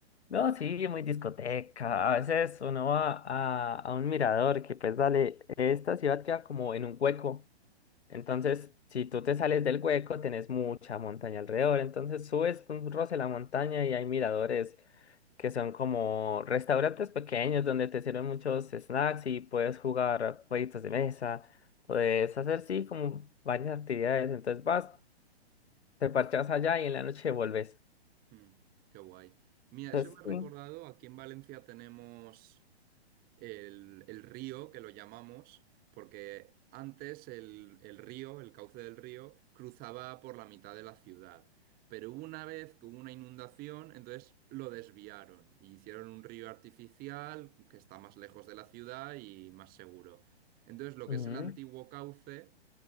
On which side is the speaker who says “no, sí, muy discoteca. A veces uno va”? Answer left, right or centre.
Left